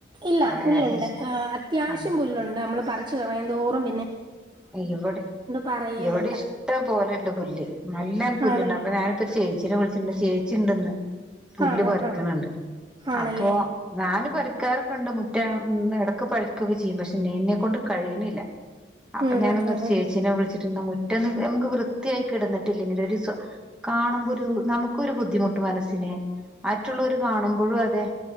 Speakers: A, on the right; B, in the centre.
A: ഇല്ല
B: ഏഹ്
A: പുല്ലുണ്ട്അ അത്യാവശ്യം
B: ആ
A: പുല്ലുണ്ട് നമ്മൾ പറിച്ചു കളയുന്തോറും
B: ഇവിടെ
A: പറയേം
B: ഇവിടെ
A: വേണ്ട
B: ഇഷ്ട പോലെണ്ട് പുല്ല് നല്ലപുല്ല്ണ്ട്
A: ആണല്ലേ
B: ഞാനെപ്പോ ചേച്ചിനെവിളിച്ചിട്ടണ്ട് ചേച്ചിണ്ട്ന്ന് പുല്ല്
A: ആഹ്
B: പറിക്കണണ്ട്
A: ആഹ് ആഹ് ആണല്ലേ
B: അപ്പൊ ഞാന് പറി പണിക്കാരൊക്കെണ്ട് മുറ്റം ഇടക്ക് പറിക്കുകൊക്കെ ചെയ്യും പക്ഷെ എന്നെക്കകൊണ്ട് കഴിയിണില്ല അപ്പൊ
A: ഉം
B: ഞാനിന്നൊ
A: ഉം ഉം
B: രു ചേച്ചീനെ
A: ഉം
B: വിളിച്ചിട്ട് മുറ്റൊന്ന് നമുക്ക് വൃത്തിയായി കിടന്നി ട്ടില്ലെങ്കിൽ ഒരു സു കാണുമ്പോ ഒരു നമുക്കൊരു ബുദ്ധിമുട്ടു മനസ്സിനെ മറ്റുള്ളവര് കാണുമ്പോഴും അതെ